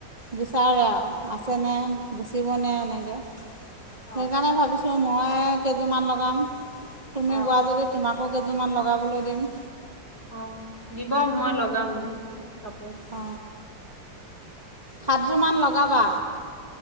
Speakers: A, on the right (about 20°); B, on the left (about 30°).
A: বিচাৰে আৰু আছেনে বেচিবনে এনেকে।
B: অ',
A: সেইকাৰণে ভাবিছোঁ। মই কেইযোৰমান লগাম। তুমি
B: অ',
A: বোৱা যদি তোমাক। কাপোৰ কেইযোৰমান লগাবলৈ দিম।
B: অ দিব মই লগাম। কাপোৰ
A: অ। সাতযোৰ মান লগ- লগাবা।